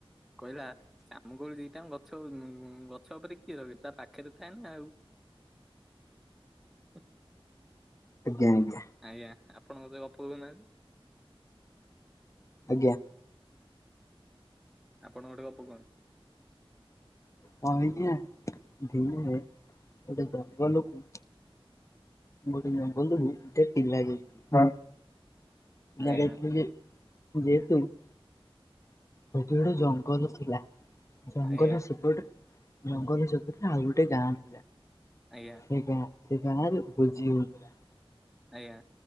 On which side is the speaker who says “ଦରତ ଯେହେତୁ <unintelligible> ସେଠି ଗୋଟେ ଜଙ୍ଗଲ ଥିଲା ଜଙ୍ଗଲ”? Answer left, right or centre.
Left